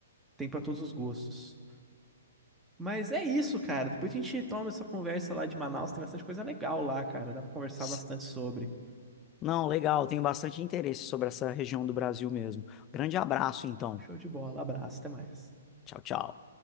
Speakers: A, in the centre; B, on the left (about 15°).
A: tem pra todos os gostos. Mas é isso, cara. Depois a gente retoma essa conversa lá de Manaus, tem bastante coisa legal lá, cara. Dá pra conversar
B: S-
A: bastante sobre.
B: Não, legal. Tenho bastante interesse sobre essa região do Brasil mesmo. Grande abraço, então.
A: Show de bola, abraço, até mais.
B: Tchau, tchau.